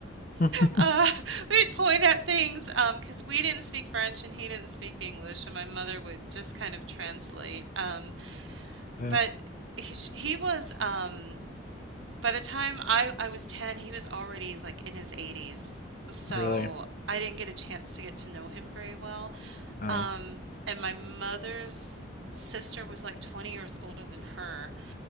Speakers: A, on the left; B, on the right.
A: Mm.
B: Uh, <laughs> we'd point at things um, because we didn't speak French and he didn't speak English, and my mother would just kind of translate. Um,
A: <laughs>
B: but
A: yeah,
B: he, he was um, by the time I I was 10, he was already like in his 80s. So
A: really.
B: I didn't get a chance to get to know him very well.
A: Uh,
B: Um, and my mother's sister was like 20 years older than her.